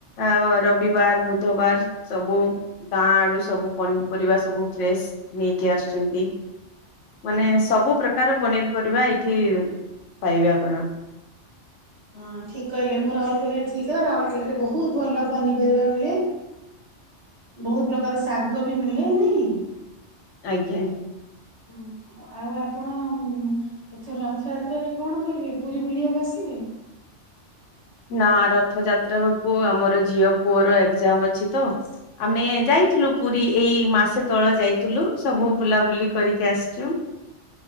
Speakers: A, on the left; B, on the right.
A: ଆ ରବିବାର ବୁଧବାର ସବୁ ଗାଁ ଆଡୁ ସବୁ ପନିପରିବା ସବୁ। <unintelligible> ନେଇକି ଆସୁଛନ୍ତି। ମାନେ ସବୁ ପ୍ରକାର ପନିର ପରରିବା ଏଇଠି ପାଇବେ ଆପଣ
B: ହଁ ଠିକ କହିଲେ ମୁଁ ରାଉଲକେଲାରେ ଥିଲି ତ ରାଉରକେଲାରେ ବୋହୁତ ଭଲ ପନିପରିବା ମିଳେ। ବୋହୁତ ପ୍ରକାର ଶାଗ ବି ମିଳେ ନାଇଁ।
A: ଆଜ୍ଞା।
B: ହୁଁ। ଆଉ ଆପଣ ଏଥର ରଥଯାତ୍ରାରେ କଣ କରିବେ ପୁରୀ ବୁଲିବାକୁ ଆସିବେ।
A: ନା ରଥ ଯାତ୍ରା ବେଳକୁ ଆମର ଝିଅ ପୁଅର ଏକ୍ଜାମ ଅଛି ତ। ଆମେ ଯାଇଥିଲୁ ପୁରୀ ଏଇ ମାସେ ତଳ ଯାଇଥିଲୁ ସବୁ ବୁଲାବୁଲି କରିକି ଆସିଛୁ।